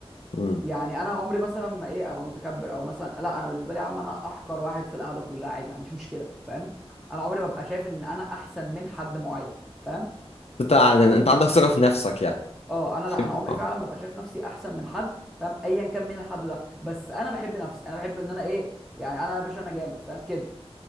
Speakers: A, on the left; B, in the centre.
A: مم.
B: يعني انا عمري مثلا ما ايه ابقى متكبر او مثلا لا انا بالنسبه لي يا عم انا احقر واحد في القعده كلها عادي ما عنديش مشكله فاهم انا عمري ما ابقى شايف ان انا احسن من حد معين فاهم
A: انت انت عندك ثقة في نفسك يعني
B: اه انا لا
A: تحب
B: انا عمري
A: اه
B: فعلا ما ببقى شايف نفسي احسن من حد فاهم ايا كان مين الحد ده بس انا بحب نفسي انا بحب ان انا ايه يعني انا يا باشا انا جامد فاهم كده